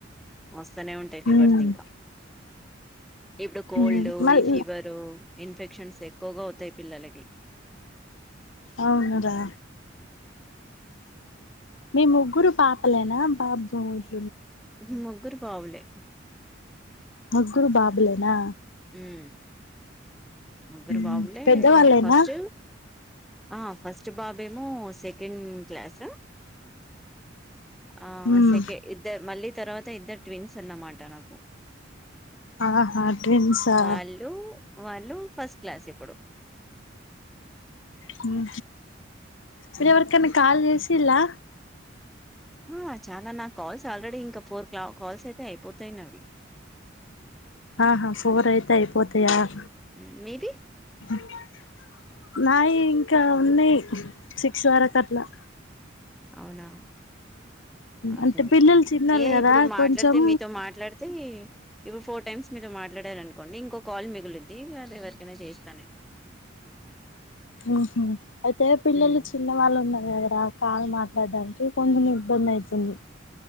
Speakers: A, in the centre; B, on the left.
A: వా స్తానే ఉంటాయి ఫీవర్స్
B: ఉమ్
A: ఇంకా ఇప్పుడు కోల్డ్
B: ఉమ్ మళ్
A: ఈ ఫీవరు ఇన్ఫెక్షన్స్ ఎక్కువగా అవుతాయి పిల్లలకి
B: అవునురా మీ ముగ్గురు పాపలే నా బాబ్ <unintelligible>
A: <unintelligible> ముగ్గురు పావులే
B: ముగ్గురు బాబులేనా
A: ఉమ్ ముగ్గురు
B: ఉమ్
A: బాబులే
B: పెద్దవాళ్ళేనా
A: ఫస్ట్ ఆ ఫస్ట్ బాబేమో సెకండ్ క్లాస్ ఆహ్
B: ఉమ్
A: సెకె ఇద్దర్ మళ్ళీ తర్వాత ఇద్దరు ట్విన్స్ ఆన్న మాట నాకు
B: ఆహా ట్విన్స్ ఆ
A: వాళ్ళు వాళ్ళు ఫస్ట్ క్లాస్ ఇప్పుడు
B: హుమ్ మీరు
A: హ్మ్.
B: ఎవరికన్న కాల్ చేసి ఇల్లా
A: ఆహ్ చాలా నా కాల్స్ ఆల్రెడీ ఇంకా ఫోర్ క్లాక్ కాల్స్ అయితే అయిపోతాయి నావి
B: ఆహా ఫోర్ అయితే అయిపోతయా అ
A: హ్మ్. మీవి
B: <inaudible> నాయి ఇంకా ఉన్నాయి సిక్స్ వరకు అట్లా
A: అవునా అదే
B: అంటే
A: అదే
B: పిల్లలు చిన్నోళ్ళు
A: ఏ
B: కదా
A: ఇప్పుడు మాట్లాడితే
B: కొంచెం
A: మీతో మాట్లాడితే ఇప్పుడు ఫోర్ టైమ్స్ మీతో మాట్లాడారు అనుకోండి ఇంకో కాల్ మిగులిద్ది అది ఎవరికైనా చేస్తాను నేను
B: ఓహొ అయితే పిల్లలు
A: హ్మ్.
B: చిన్నవాళ్ళు ఉన్నారు కదరా కాలు మా పడ్డానికి కొంచం ఇబ్బంది అయితుంది